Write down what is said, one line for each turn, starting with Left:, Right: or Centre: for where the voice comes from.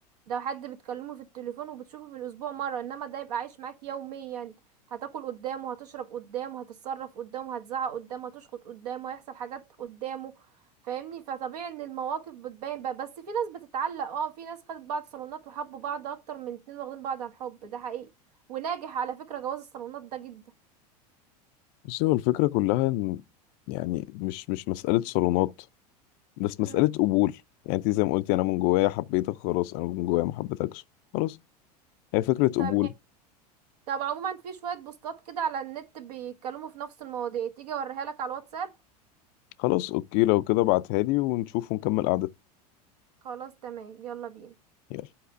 Right: ده حد بتكلمه في التليفون وبتشوفه في الأسبوع مرة إنما ده يبقى عايش معاك يوميا هتاكل قدامه هتشرب قدامه هتتصرف قدامه هتزعق قدامه هتشخط قدامه هيحصل حاجات قدامه فاهمني فطبيعي ان المواقف بتبان بقى بس في ناس بتتعلق اه في ناس خدت بعض صالونات وحبوا بعض اكتر من اتنين واخدين بعض عن حب ده حقيقي وناجح على فكرة جواز الصالونات ده جدا
Left: بس هو الفكرة كلها إن يعني مش مش مسألة صالونات بس
Right: مم.
Left: مسألة قبول يعني أنت زي ما قلتي أنا من جوايا حبيتك خلاص أنا من جوايا ما حبيتكش خلاص هي فكرة قبول
Right: تمام طب عموما في شوية بوستات كده على النت بيتكلموا في نفس المواضيع تيجي اوريها لك على الواتساب
Left: خلاص اوكي لو كده ابعتها لي ونشوف ونكمل قعدتنا
Right: خلاص تمام يلا بينا
Left: يلا